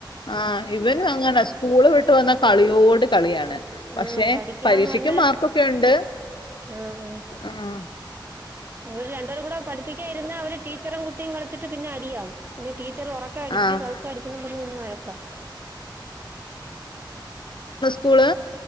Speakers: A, on the left (about 75°); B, on the right (about 25°).
A: ആഹ് ഇവൻ അങ്ങന സ്കൂള് വിട്ട് വന്ന പി കളിയോട് കളിയാണ്. പക്ഷെ
B: ആഹ് പഠിക്കാൻ
A: പരീക്ഷക്ക്
B: പറഞ്ഞാ
A: മാർക്കൊക്കെ ഉണ്ട്
B: ആഹ് ആഹ്
A: ആഹ്
B: അവര് രണ്ടോരും കൂടെ പഠിപ്പിക്കായിരുന്ന അവര് ടീച്ചറും കുട്ടി ട്ടിയും കളിച്ചിട്ട് പിന്നെ അടിയാവും പിന്നെ ടീച്ചറ് ഉറക്ക അടിച്ച്
A: ആഹ്
B: പതുക്ക അടിച്ച് എന്നും പറഞ്ഞ് പിന്നെ വഴക്ക
A: സ്കുള്